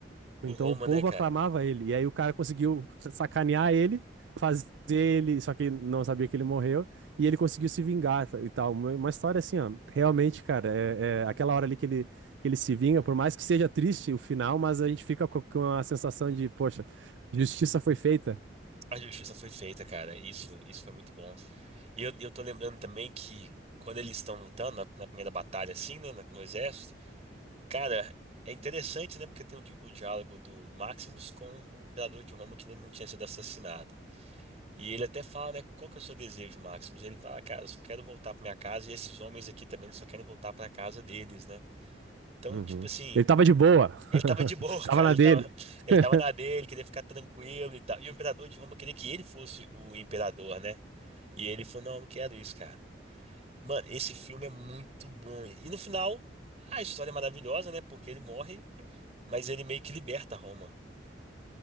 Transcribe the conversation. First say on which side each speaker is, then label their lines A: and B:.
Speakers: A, on the right (about 80°); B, on the right (about 35°).
A: Então
B: o Roma,
A: o povo
B: né, cara?
A: aclamava ele. E aí o cara conseguiu sacanear ele, fazer ele, só que não sabia que ele morreu, e ele conseguiu se vingar tá, e tal. Uma uma história assim, ó. Realmente, cara, é, é aquela hora ali que ele, que ele se vinga, por mais que seja triste o final, mas a gente fica co- com a sensação de, poxa, justiça foi feita.
B: A justiça foi feita, cara. Isso, isso foi muito bom. E eu, eu tô lembrando também que quando eles estão lutando na, na primeira batalha, assim, né, na- no exército, cara, é interessante, né, porque tem o, di- o diálogo do Maximus com o imperador de Roma que ainda não tinha sido assassinado. E ele até fala, né, qual que é o seu desejo, Maximus? Ele fala, "Ah, cara, eu só quero voltar pra minha casa e esses homens aqui também, eles só querem voltar pra casa deles, né? Então,
A: Uhum.
B: tipo assim,
A: Ele tava de boa, <laughs>
B: ele tava de boa,
A: tava
B: <laughs> cara,
A: na
B: ele
A: dele.
B: tava,
A: <laughs>
B: ele tava na dele, queria ficar tranquilo e tal. E o imperador de Roma queria que ele fosse o imperador, né? E ele falou, não, eu não quero isso, cara. Mano, esse filme é muito bom. E no final, a história é maravilhosa, né? Porque ele morre, mas ele meio que liberta Roma.